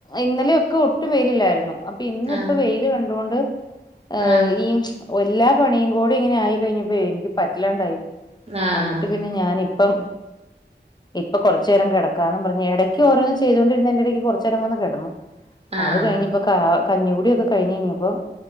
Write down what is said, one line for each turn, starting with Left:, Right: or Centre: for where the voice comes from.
Left: ഇന്നലെയൊക്കെ ഒട്ടും വെയിലില്ലായിരുന്നു അപ്പൊ ഇന്നിപ്പൊ
Right: ആഹ്
Left: വെയില് കണ്ടോണ്ട്. ആ
Right: ആഹ്
Left: ഈ വെല്ലാ പണിയും കൂടി ഇങ്ങനെ ആയി കഴിഞ്ഞപ്പഴേ എൻക്ക് പറ്റില്ലാണ്ടായി.
Right: ആഹ്
Left: അന്നിട്ട് പിന്നെ ഞാനിപ്പം. ഇപ്പ കൊറച്ചേരം കെടക്കാന്നും പറഞ്ഞ് എടയ്ക്ക് ഓരോന്നു ചെയ്തോണ്ടിരുന്നേന്റെടയ്ക്ക് കൊറച്ചേരം വന്ന് കെടന്നു.
Right: ആഹ്
Left: <inaudible> അത് കഴിഞ്ഞ്പ്പൊ കാ കഞ്ഞികുടിയൊക്കെ കഴിഞയ്ഞ്ഞപ്പ